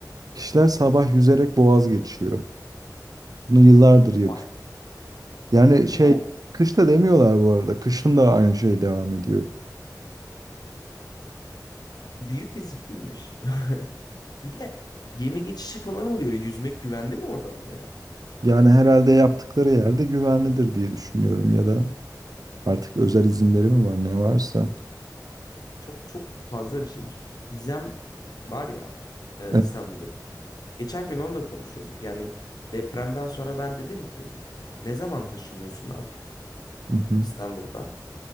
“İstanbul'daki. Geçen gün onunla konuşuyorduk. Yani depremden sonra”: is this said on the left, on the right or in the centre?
Left